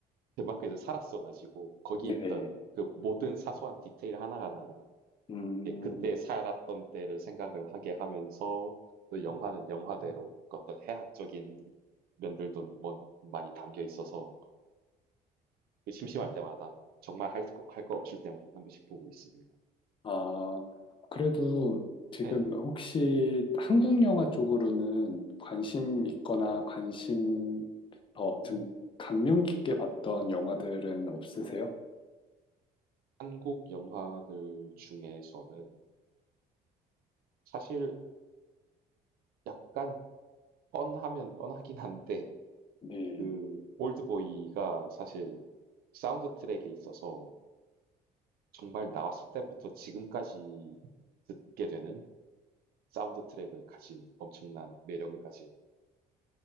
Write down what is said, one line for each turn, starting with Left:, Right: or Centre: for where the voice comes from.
Right: 덴마크에서 살았어가지고 거기
Left: 네네.
Right: 있던 그 모든 사소한 디테일 하나하나가
Left: 음,
Right: 이렇게 그때 살았던 때를 생각을 하게 하면서 또 영화는 영화대로 그 어떤 해학적인 면들도 뭔- 많이 담겨 있어서 그 심심할 때마다 정말 할 거, 할 거 없을 때마다 한 번씩 보고 있습니다.
Left: 아, 그래도 지금
Right: 네,
Left: 혹시 한국 영화
Right: 네네.
Left: 쪽으로는 관심
Right: 음,
Left: 있거나 관심, 어,
Right: 음.
Left: 좀 감명 깊게 봤던 영화들은 없으세요?
Right: 한국 영화들 중에서는 사실 약간 뻔하면 뻔하긴 한데
Left: 네.
Right: 그 올드보이가 사실 사운드 트랙에 있어서 정말 나왔을 때부터 지금까지 듣게 되는 사운드 트랙을 가진 엄청난 매력을 가진